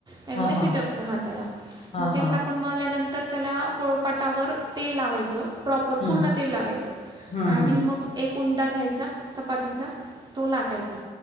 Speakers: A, on the right; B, on the left.
A: नाहीतर
B: हां,
A: ते चिकटतं
B: हां.
A: हाताला,
B: हां,
A: मग तेल
B: हां.
A: टाकून मळल्या तर त्याला, पोळोपाटावर तेल लावायचं. प्रॉपर
B: हं.
A: पूर्ण तेल लावायचं,
B: हं,
A: आणि
B: हं.
A: मग एक उंडा घ्यायचा चपातीचा तो लाटायचा,